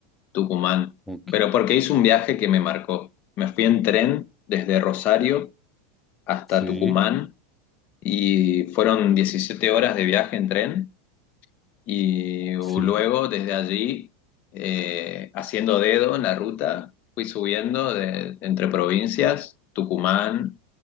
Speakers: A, on the left; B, in the centre.
A: Tucumán,
B: Ok.
A: pero porque hice un viaje que me marcó. Me fui en tren desde Rosario hasta
B: Sí,
A: Tucumán y fueron 17 horas de viaje en tren y luego
B: sí.
A: desde allí, eh, haciendo dedo en la ruta, fui subiendo de- entre provincias, Tucumán,